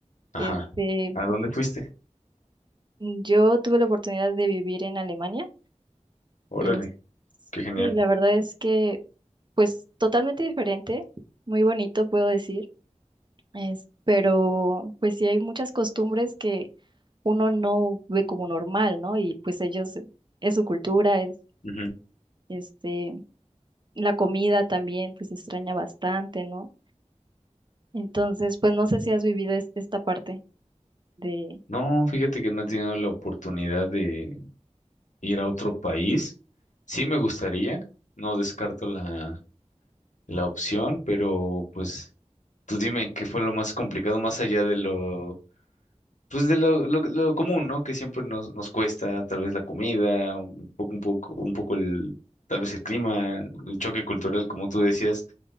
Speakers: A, on the left (about 85°); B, on the right (about 40°).
A: Ajá.
B: Este,
A: ¿A dónde fuiste?
B: mm, yo tuve la oportunidad de vivir en Alemania.
A: Órale,
B: Es-
A: qué genial.
B: sí, la verdad es que, pues, totalmente diferente, muy bonito, puedo decir. Es, pero, pues, sí hay muchas costumbres que uno no ve como normal, ¿no? Y pues ellos, es su cultura, es,
A: Ujú.
B: este, la comida también, pues, se extraña bastante, ¿no? Entonces, pues no sé si has vivido es- esta parte de
A: No, fíjate que no he tenido la oportunidad de ir a otro país. Sí me gustaría, no descarto la, la opción, pero pues tú dime qué fue lo más complicado más allá de lo, pues de lo, lo, lo común, ¿no? Que siempre nos, nos cuesta, tal vez la comida, un poco, un poco, un poco el, tal vez el clima, el choque cultural, como tú decías,